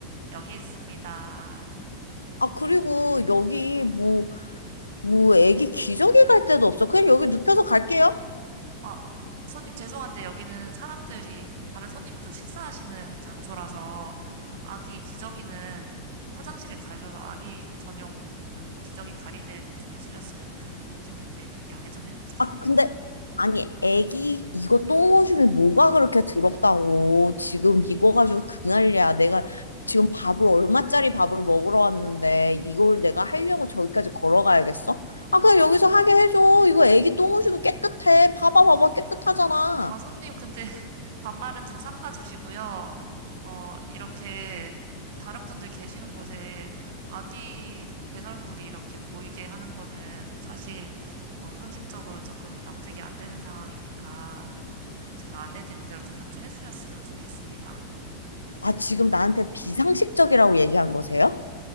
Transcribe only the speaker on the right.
여기 있습니다.
아, 손님 죄송한데 여기는 사람들이 다른 손님도 식사하시는 장소라서 아기 기저귀는 화장실에 가셔서 아기 전용 그 기저귀 가리대에서 좀 해주셨으면 좋겠는데 양해 좀 해- 부탁드릴게요.
아, 손님, 근데 <laughs> 반말은 좀 삼가 주시고요. 어, 이렇게 다른 분들 계시는 곳에 아기 배설물이 이렇게 보이게 하는 거는 사실 어, 상식적으로 조금 납득이 안 되는 상황이니까 제가 안내드린 대로 좀 협조해 주셨으면 좋겠습니다.